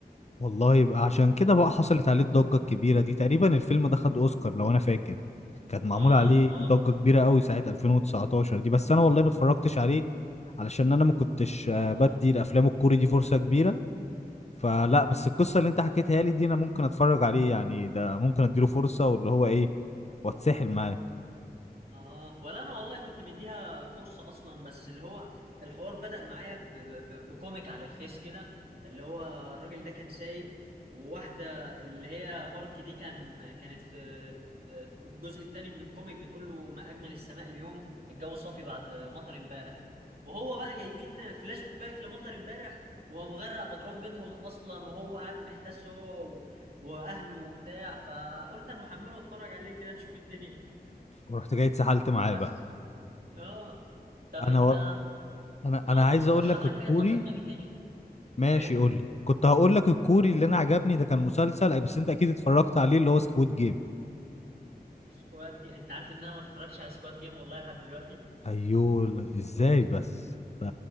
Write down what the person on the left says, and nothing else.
والله يبقى عشان كده بقى حصلت عليه الضجة الكبيرة دي تقريبا الفيلم ده خد أوسكار لو أنا فاكر كانت معمول
عليه
ضجة كبيرة قوي ساعة 2019 دي بس أنا والله ما اتفرجتش عليه علشان أنا ما كنتش آه،
بدي الأفلام الكوري دي فرصة كبيرة فلا بس القصة اللي أنت حكيتها لي دي أنا ممكن أتفرج عليه يعني ده ممكن أديله فرصة واللي هو إيه واتسحل معاه
ورحت جاي اتسحلت معاه
بقى
انا
و... انا انا
عايز اقول
لك
الكوري
ماشي
قول لي كنت هقول لك الكوري اللي انا عجبني ده كان مسلسل أي- بس انت اكيد اتفرجت عليه اللي هو سكويد جيم
ايوه لا، ازاي بس ده